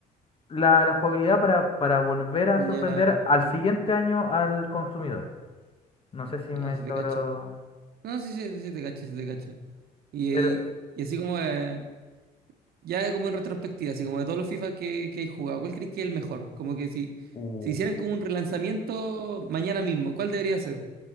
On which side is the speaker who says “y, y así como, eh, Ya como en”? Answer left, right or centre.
Right